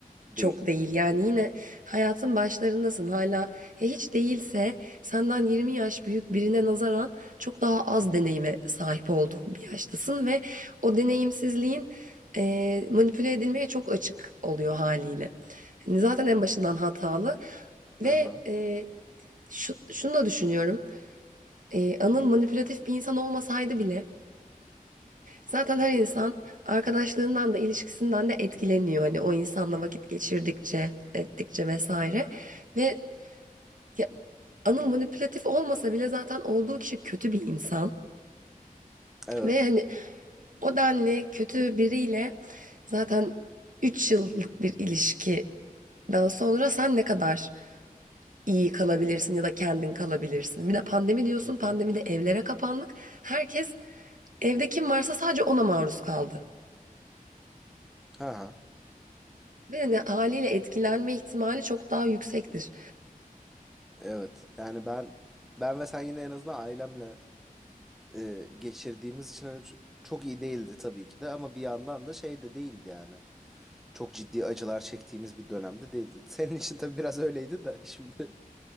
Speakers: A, in the centre; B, on the right.
A: Değil.
B: çok değil. Yani yine hayatın başlarındasın hala. E, hiç değilse senden 20 yaş büyük birine nazaran çok daha az deneyime sahip olduğun bir yaştasın ve o deneyimsizliğin eee, manipüle edilmeye çok açık oluyor haliyle. Hani zaten en başından hatalı. Ve
A: Hı hı.
B: eee, şu, şunu da düşünüyorum. Eee, Anıl manipülatif bir insan olmasaydı bile zaten her insan arkadaşlığından da ilişkisinden de etkileniyor. Hani o insanla vakit geçirdikçe, ettikçe vesaire. Ve ya, Anıl manipülatif olmasa bile zaten olduğu kişi kötü bir insan.
A: Evet.
B: Ve hani o denli kötü biriyle zaten 3 yıllık bir ilişkiden sonra sen ne kadar iyi kalabilirsin ya da kendin kalabilirsin. Bir de pandemi diyorsun,
A: Hı hı.
B: pandemide evlere kapandık. Herkes evde kim varsa sadece ona maruz kaldı.
A: Ha ha.
B: Ve hani haliyle etkilenme ihtimali çok daha yüksektir.
A: Evet. Yani ben ben ve sen yine en azından ailemle e, geçirdiğimiz için hani ç- çok iyi değildi tabii ki de ama bir yandan da şey de değildi yani. Çok ciddi acılar çektiğimiz bir dönemde değildi. <laughs> Senin için tabii biraz öyleydi de şimdi